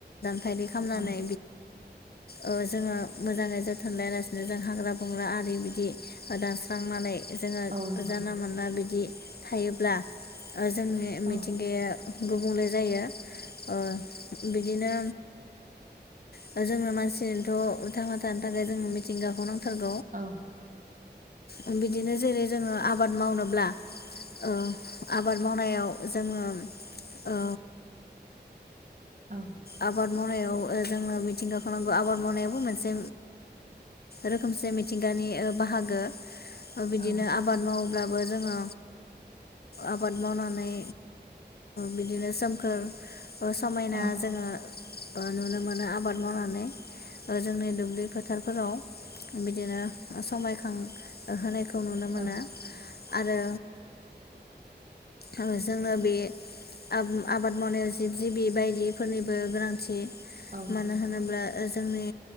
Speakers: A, on the left; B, on the right.
A: फायलि खालामनानै
B: औ
A: ओ जोङो मोजाङै जोथोन लायालासिनो जों हाग्रा बंग्रा आरि बिदि दानस्रांनानै जोङो
B: औ नंगौ
A: जानला मोनला बिदि थायोब्ला जोंनि
B: औ
A: मिथिंगाया गुबुंले जायो ओ बिदिनो दा जोंनो मानसिथ थांना थानो थाखाय जोंङो मिथिंगाखौ नांथारग
B: औ
A: औ बिदिनो जेरै जोङो आबाद मावनो ब्ला औ आबाद मावनायाव जोङो ओ
B: औ
A: आबाद मावनायाव ओ जोंङो मिथिंगाखौनो आबाद मावनायाबो मोनसे रोखोमसे मिथिंगानि ओ बाहागो बिदिनो
B: औ
A: आबाद मावोब्ला बो जोङो आबाद मावनानै बिदिनो सोमखोर समायना
B: औ
A: जोङो नुनो मोनो आबाद मावनानै जोंनि दुब्लि फोथारफोराव बिदिनो समायखां होनाय खौ नुनो मोनो
B: औ
A: आरो ओ जोंनो बे आब-आबाद मावनायाव जे जिबि बायदिफोरनिबो गोनांथि
B: औ नोंथां
A: मानो होनोब्ला ओ जोंनि